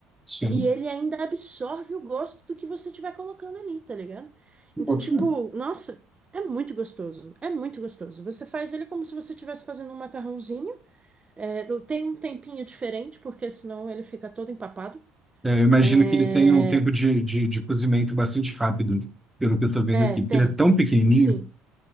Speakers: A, in the centre; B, on the right.
A: Sim.
B: e ele ainda absorve o gosto do que você tiver colocando ali, tá ligado? Então,
A: Boto
B: tipo,
A: fé.
B: nossa, é muito gostoso. É muito gostoso. Você faz ele como se você estivesse fazendo um macarrãozinho. é, tem um tempinho diferente, porque senão ele fica todo empapado.
A: É, eu imagino
B: É,
A: que ele tenha um tempo de, de, de cozimento bastante rápido, pelo que eu tô vendo
B: é,
A: aqui.
B: tem.
A: Porque ele é tão pequenininho.
B: Sim.